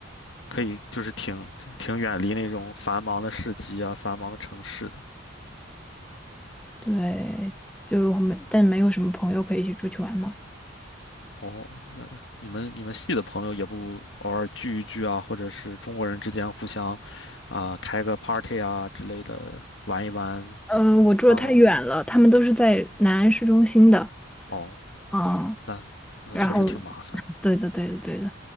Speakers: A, on the left; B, in the centre.
A: 可以就是挺挺远离那种繁忙的市集啊、繁忙的城市的。
B: 对，就没，但没有什么朋友可以一起出去玩嘛。
A: 哦，那你们你们系的朋友也不偶尔聚一聚啊，或者是中国人之间互相啊、开个 party 啊之类的玩一玩，
B: 嗯，我住的太远了，
A: 玩玩
B: 他们都是在南安市中心的，
A: 哦，
B: 嗯，
A: 那那确实挺麻烦，
B: 然后，<laughs> 对的，对的，对的，